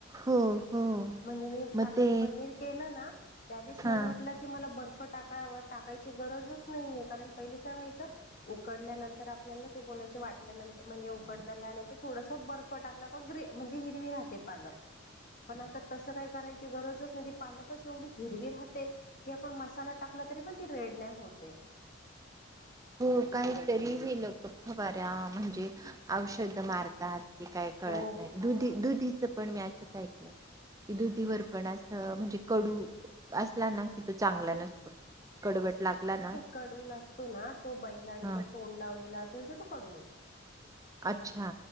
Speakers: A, on the right; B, on the left.
A: हो हो
B: म्हणजे मी
A: मग
B: पालक
A: ते
B: पनीर केलं ना, त्यावेळेस
A: हा
B: मला वाट की मला बर्फ टाकावं, टाकायची गरजच नाहीये, कारण पहिली काय व्हायचं, उकडल्यानंतर आपल्याला ते बोलायचे वाटल्यानंतर म्हणजे उकडताल्यानंतर, थोडस बर्फ टाकलाग ग्रे म्हजे हिरवी राहते पालक.
A: हा ना.
B: पण आता तसं काय करायची गरजच नाही, ती पालकच एवढी हिरवी राहते. की आपण मसाला टाकला तरी पण, ती रेड नाही होते.
A: हो काहीतरी हे लोक फवऱा, म्हणजे औषध मार तात की काय कळत
B: हो
A: नाही, दुधी दुधीच पण मी असंच ऐकलंय. की दुधीवर पण असं म्हणजे कडू असला ना कि, तो चांगला नसतो. कडवट लागला ना,
B: कडूला असतो ना, तो बैलाने
A: हा
B: ज तोंड लावलेल असेल, त तो कडू होतो.
A: अच्छा.